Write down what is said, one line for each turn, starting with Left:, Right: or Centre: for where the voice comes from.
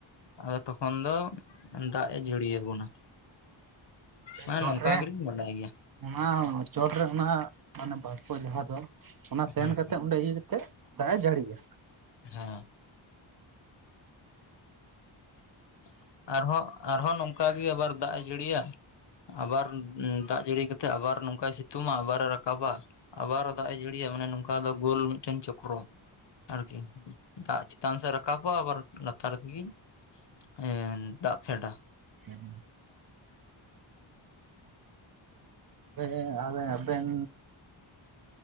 Left: ᱟᱫᱚ ᱛᱚᱠᱷᱚᱱ ᱫᱚ ᱫᱟᱜ ᱮ ᱡᱟᱹᱲᱤ ᱟᱵᱚᱱᱟ᱾ ᱦᱮᱸ
Right: ᱪᱚᱴ
Left: ᱱᱚᱝᱠᱟ
Right: ᱨᱮ
Left: ᱜᱮᱞᱤᱧ ᱵᱟᱰᱟᱭ ᱜᱮᱭᱟ᱾
Right: ᱚᱱᱟ ᱪᱚᱴ ᱨᱮ ᱚᱱᱟ ᱢᱟᱱᱮ ᱵᱟᱥᱯᱳ ᱡᱟᱦᱟᱸ ᱫᱚ ᱚᱱᱟ ᱛᱮᱱ
Left: ᱦᱮᱸ
Right: ᱠᱟᱛᱮᱫ ᱚᱸᱰᱮ ᱤᱭᱟᱹ ᱠᱟᱛᱮᱫ, ᱫᱟᱜᱼᱮ ᱡᱟᱹᱲᱤᱭᱟ᱾
Left: ᱦᱮᱸ᱾ <inaudible> ᱟᱨᱦᱚᱸ ᱟᱨᱦᱚᱸ ᱱᱚᱝᱠᱟ ᱜᱮ ᱟᱵᱟᱨ ᱫᱟᱜ ᱮ ᱡᱟᱹᱲᱤᱭᱟ᱾ ᱟᱵᱟᱨ ᱫᱟᱜ ᱡᱟᱹᱲᱤ ᱠᱟᱛᱮᱜ ᱟᱵᱟᱨ ᱱᱚᱝᱠᱟᱭ ᱥᱤᱛᱩᱝᱼᱟ ᱟᱵᱟᱨ ᱮ ᱨᱟᱠᱟᱵᱟ, ᱟᱵᱟᱨ ᱫᱟᱜᱼᱮ ᱡᱟᱹᱲᱤᱭᱟ ᱢᱟᱱᱮ ᱱᱚᱝᱠᱟ ᱫᱚ ᱜᱳᱞ ᱢᱤᱫᱴᱮᱱ ᱪᱚᱠᱨᱚ᱾ ᱟᱨᱠᱤ, ᱫᱟᱜ ᱪᱮᱛᱟᱱ ᱥᱮᱜ ᱨᱟᱠᱟᱵᱚᱜᱼᱟ ᱟᱵᱟᱨ ᱞᱟᱛᱟᱨ ᱞᱟᱛᱟᱨ ᱠᱤ ᱮᱸᱻ ᱫᱟᱜ ᱯᱷᱮᱰᱟ᱾
Right: <inaudible> ᱦᱮᱸ ᱟᱞᱮ ᱟᱵᱮᱱ,